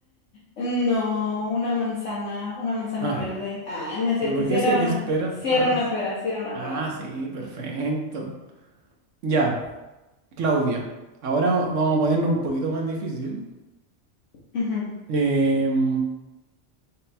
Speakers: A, on the left; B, on the right.
A: No, una manzana, una manzana
B: Ah,
A: verde. Ah, no es
B: pero
A: cierto,
B: ¿por
A: si
B: qué
A: era
B: si hay
A: una,
B: que espera?
A: sí era
B: Ah,
A: una
B: s-
A: pera, si era una
B: ah,
A: pera.
B: sí, perfecto. Ya, Claudia. Ahora vamos a ponernos un poquito más difícil.
A: Ujú.
B: Em,